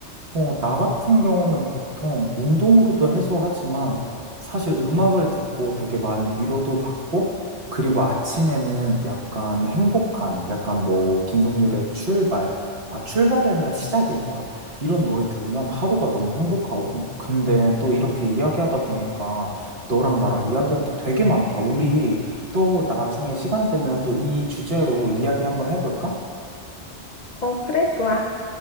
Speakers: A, on the right; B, on the left.
A: 어, 나 같은 경우는 보통 운동으로도 해소하지만 사실 음악을 듣고 되게 많이 위로도 받고 그리고 아침에는 약간 행복한 약간 뭐 김동률의 출발 아 출발이 아니라 시작일 거야 이런 노래 들으면 하루가 너무 행복하거든 근데 또 이렇게 이야기하다 보니까 너랑 나랑 이야기할 게 되게 많다 우리 또 나중에 시간 되면 또 이 주제로 이야기 한번 해볼까?
B: 어, 그래, 좋아.